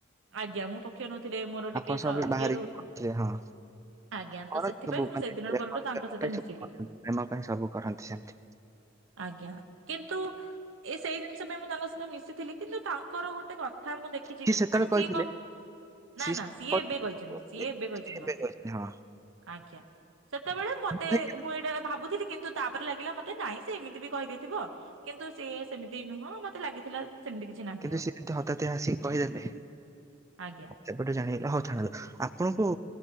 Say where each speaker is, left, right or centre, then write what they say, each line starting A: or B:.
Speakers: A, on the right; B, on the right.
A: ଆଜ୍ଞା ମୁଁ ପକ୍ଷ ନ ଉଥିଲେ ମୋର ଟିକେ
B: ଆପଣ ସବୁ
A: ସ
B: ବି ବାହାରିକି
A: ଇଏ ରହୁଥିଲେ।
B: ଥିଲେ ହଁ
A: ଆଜ୍ଞା
B: କରନ୍ତି
A: ତ ସେଥିପାଇଁ
B: ସବୁ
A: ମୁଁ
B: ମାନେ
A: ସେଇଦିନ
B: ପ୍ରେମ
A: ପରଠୁ ତାଙ୍କ ସହିତ
B: ପ୍ରେମ ପାଇଁ
A: ମିଶିଲି।
B: ସବୁ କରନ୍ତି ପ୍ରେମ ପାଇଁ ସବୁ କରନ୍ତି ସେମିତି
A: ଆଜ୍ଞା କିନ୍ତୁ ଏ ସେଇ ଜିନିଷ ପାଇଁ ମୁଁ ତାଙ୍କ ସହିତ ମିଶିଥିଲି କିନ୍ତୁ ତାଙ୍କର ଗୋଟେ କ କଥା ମୁଁ ଦେଖିଛି
B: ସିଏ ସେତେବେଳେ
A: ମାନେ ସିଏ
B: କହିଥିଲେ
A: କଣ ନା
B: ସେତେବେଳେ
A: ନା ସିଏ
B: କହିଥିଲେ,
A: ଏବେ କହିଛନ୍ତି ସିଏ
B: ଏ-
A: ଏବେ କହିଛନ୍ତି
B: ସେ
A: ମତେ।
B: ହଁ
A: ଆଜ୍ଞା ସେତେବେଳେ ମତେ
B: ଭାଇ,
A: ମୁଁ ଏଇଟା ଭାବୁଥିଲି କିନ୍ତୁ ତାପରେ ଲାଗିଲା ମତେ ନାଇଁ ସେ ଏମିତି ବି କହିଦେଇଥିବ କିନ୍ତୁ ସିଏ ସେମିତି ନୁହଁ ମତେ ଲାଗିଥିଲା ସେମିତି କିଛି ନାହିଁ
B: କିନ୍ତୁ
A: ଆଉ
B: ସେ ହଠାତିିଆ ଆସିକି କହିଦେଲେ,
A: ଆଜ୍ଞା।
B: ସେବେଠୁ ଜାଣିଗଲି ହଉ ଆପଣଙ୍କୁ